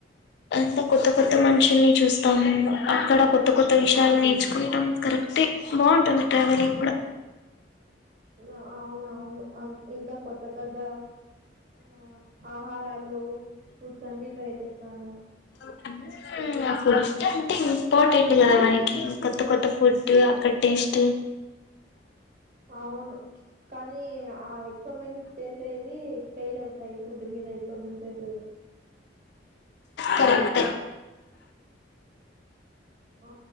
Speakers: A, on the left (about 60°); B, on the right (about 45°).
A: అంత కొత్త కొత్త మనుషుల్ని చూస్తాము అక్కడ కొత్త కొత్త విషయాలు నేర్చుకుంటాం కరెక్ట్ తే బాగుంటుంది ట్రావెలింగ్ కూడా
B: ఆ అవును అవును ఇంకా కొత్తకద్ద ఆ ఆహారాలు ఫ్రూట్స్ అన్ని ట్రై చేస్తాము
A: ఆ ఫుడ్ అంటే ఇంపార్టెంట్ కదా మనకి కొత్త కొత్త ఫుడ్ అక్కడ టేస్ట్
B: అవును కానీ ఆ ఎక్స్పరిమెంట్ చేసేది ఫెయిల్ తయి ఫుడ్ మీద ఎక్స్ప్రెన్వెంటర్స్
A: కరెక్ట్
B: ఆ